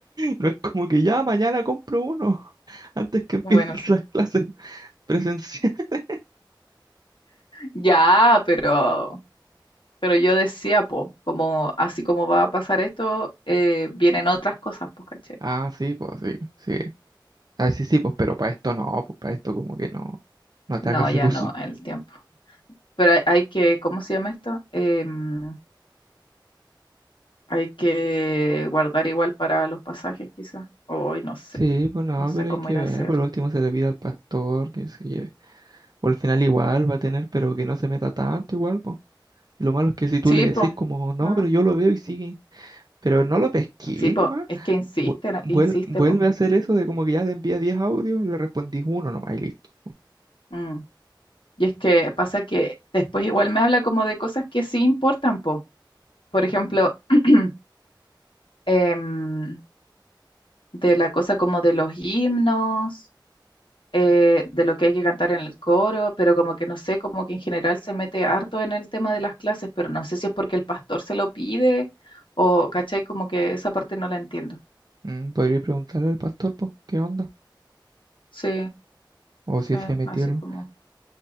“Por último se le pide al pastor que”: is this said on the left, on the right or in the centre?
Right